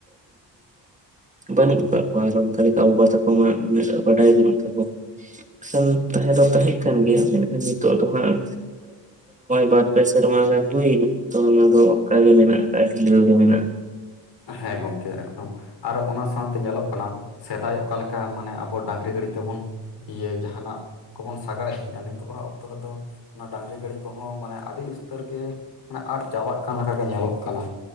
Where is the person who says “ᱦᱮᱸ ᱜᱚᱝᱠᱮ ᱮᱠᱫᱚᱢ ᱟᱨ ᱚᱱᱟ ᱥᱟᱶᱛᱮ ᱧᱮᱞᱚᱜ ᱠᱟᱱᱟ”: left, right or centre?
Left